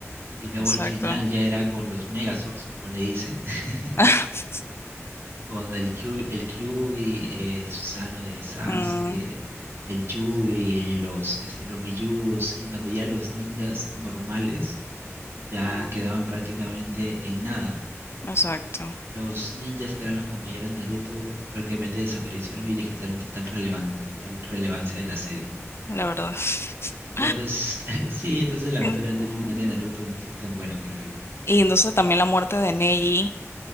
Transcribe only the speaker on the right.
y luego
al final ya era con los Megazords, como le dicen, <laughs>
con el Q, el Kyuubi, eh, el Susanoo de Sasuke,
el Yubi, los, este, los Bijuus y donde ya los ninjas normales ya
quedaban prácticamente en nada.
Los ninjas que eran los compañeros de Naruto prácticamente desaparecieron y le quitaron total relevan- total relevancia de la serie.
Entonces, <laughs> sí, entonces lamentablemente
el final de Naruto no fue tan bueno, creo yo.